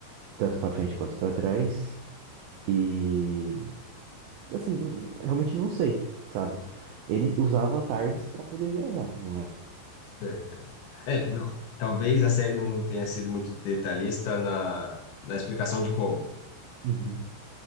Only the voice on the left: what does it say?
Certo. É, não, talvez a série não tenha sido muito detalhista na, na explicação de como,